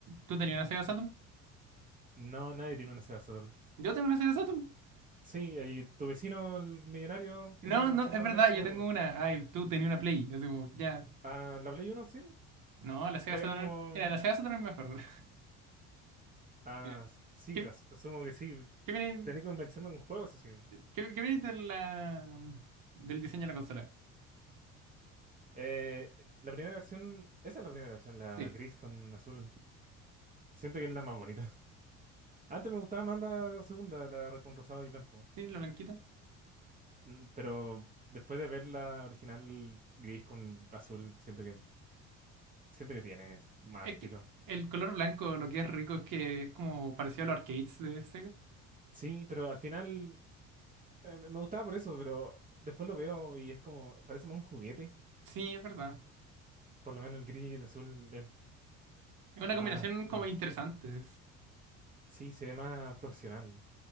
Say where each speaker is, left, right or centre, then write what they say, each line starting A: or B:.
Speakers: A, on the right; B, on the right.
A: ¿Tú tenías una Sega Saturn?
B: No, nadie tiene una Sega Saturn.
A: Yo tengo una Sega Saturn.
B: Sí, y tu vecino, el millonario que
A: No,
B: tiene la
A: no,
B: mansión
A: es
B: también,
A: verdad,
B: supongo.
A: yo tengo una. Ay, tú tenías una Play. Así como, ya.
B: Ah, la Play Uno, sí.
A: No, la Sega
B: Fue
A: Saturn.
B: como.
A: Mira, la Sega Saturn es mejor.
B: Ah,
A: <laughs> Mira,
B: sí,
A: ¿qué,
B: as- asumo que sí.
A: qué viene,
B: Tenía que convencerme con juegos así.
A: qué, qué viene de la, del diseño de la consola?
B: Eh, la primera versión, esa es la primera versión, la
A: Sí,
B: gris con azul. Siento que es la más bonita. <laughs> Antes me gustaba más la segunda, la con rosado y blanco.
A: sí, la blanquita.
B: Mm, Pero después de ver la original gris con azul, siento que siento que tiene más
A: Es
B: estilo.
A: que el color blanco lo que es rico es que es como parecido a los arcades de Sega.
B: Sí, pero al final eh, me gustaba por eso, pero después lo veo y es como, parece más un juguete.
A: Sí, es verdad.
B: Por lo menos el gris y el azul es
A: Es una
B: más
A: combinación
B: como,
A: como interesante. Es-
B: sí, se ve más profesional.